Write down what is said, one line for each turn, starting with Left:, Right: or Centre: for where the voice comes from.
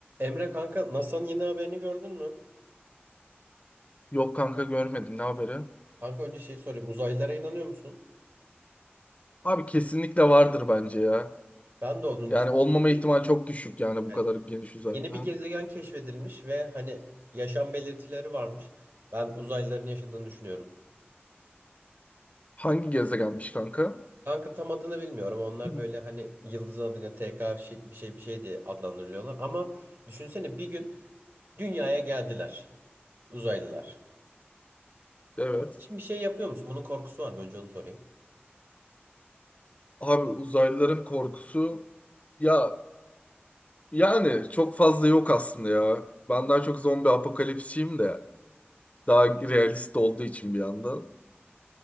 Right: Emre kanka NASA'nın yeni haberini gördün mü?
Left: Yok kanka görmedim. Ne haberi?
Right: Kanka önce şey sorayım. Uzaylılara inanıyor musun?
Left: Abi kesinlikle vardır bence ya.
Right: Ben de olduğunu
Left: Yani
Right: düşünüyorum.
Left: olmama
Right: Yeni bir,
Left: ihtimali çok düşük yani
Right: evet,
Left: bu kadar geniş uzay.
Right: yeni
Left: Ha?
Right: bir gezegen keşfedilmiş ve hani yaşam belirtileri varmış. Ben uzaylıların yaşadığını düşünüyorum.
Left: Hangi gezegenmiş kanka?
Right: Kanka tam adını bilmiyorum. Onlar
Left: Hı.
Right: böyle hani yıldız adına TK şey- bir şey bir şey diye adlandırılıyorlar. Ama düşünsene bir gün dünyaya geldiler uzaylılar.
Left: Evet.
Right: Onun için bir şey yapıyor musun? Bunun korkusu var mı? Önce onu sorayım.
Left: Abi uzaylıların korkusu ya yani çok fazla yok aslında ya. Ben daha çok zombi apokalipsçiyim de daha realist olduğu için bir yandan.